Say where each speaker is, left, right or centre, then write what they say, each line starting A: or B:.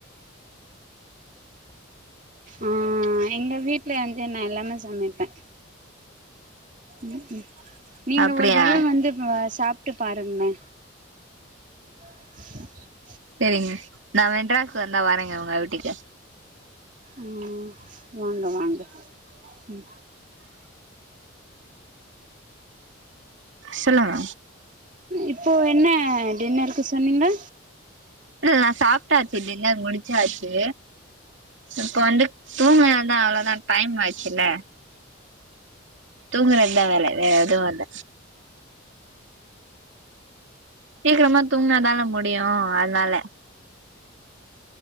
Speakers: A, on the right; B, on the right.
A: ஆ எங்க வீட்ல வந்து நா எல்லாமே சமைப்பே ம்ம் நீங்க
B: அப்டியா
A: ஒரு தறவ வந்து சாப்ட்டு பாருங்ளே <inaudible>
B: செரிங்க நா மெட்ராஸ் வந்தா வரங்க உங்க ஊட்டுக்கு
A: ம் வாங்க வாங்க ம்
B: சொல்லுங்க
A: இப்போ என்ன டின்னர்க்கு சொன்னீங்க
B: நா சாப்ட்டாச்சுடின்னர் முடிச்சாச்சு இப்ப வந்து தூங்குனதா அவ்ளோதா டைம் ஆச்சுல்ல தூங்த வேல வேற எதுவு இல்ல சீக்ரமா தூங்னாதானே முடியு அதுனால